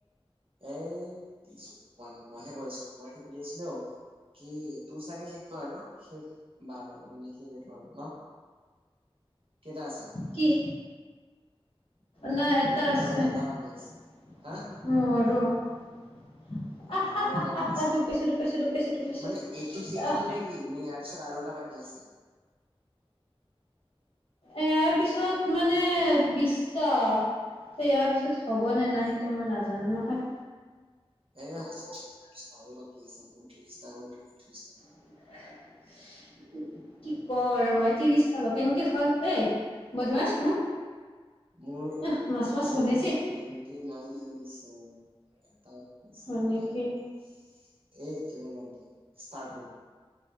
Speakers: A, on the right; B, on the left.
A: এই দিছো, একো কোৱা নাই মইহে কৈ আছিলো। মই সুধি আছিলো, অ' কি তোৰ চাগে শেষ নহ এইটো শেষ বাৰ। আৰু মানে শেষ এইটো আৰু ন, কেইটা আছে?
B: কি? না এটা
A: মোৰ মানে
B: আছে,
A: অকল
B: <unintelligible>
A: এটা
B: <unintelligible>
A: বাকী আছে হা অ মোৰো এটা বাকী আছে
B: দুকপাইছো দুুকপাইছো দুুকপাইছো দুুকপাইছো
A: মানে এইটো শেষটো
B: আহ।
A: নে কি নে ইয়াৰ পিছত আৰু এটা বাকী আছে?
B: ইয়াৰ পিছত মানে বিশ টা ত' ইয়াৰ পিছত হব নে নাই সেইটো মই নাজানো নহয়।
A: এ হ'ব, মই ইয়াৰ পিছত আৰু বাকী আছে মোৰ ত্ৰিশটা গ'ল তোৰো ত্ৰিশটা
B: <unintelligible> কি ক ৰ মই ত্ৰিশটা বা কেনেকে হল হে? বদমাছ! হু'
A: মোৰ
B: আহ মাছ মাছ
A: মোৰ
B: গোন্ধাইছে।
A: <unintelligible> এটা এ এইবোৰ
B: এনেকে
A: বাদ দে, ষ্টাৰ্ট হল।